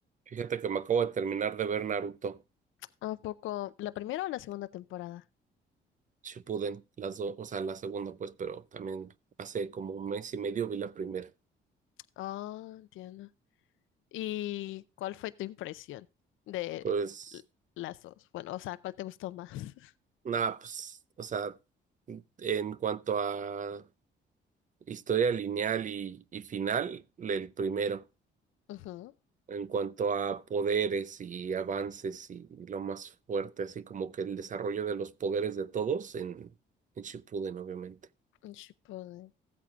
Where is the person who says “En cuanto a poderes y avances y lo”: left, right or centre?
Right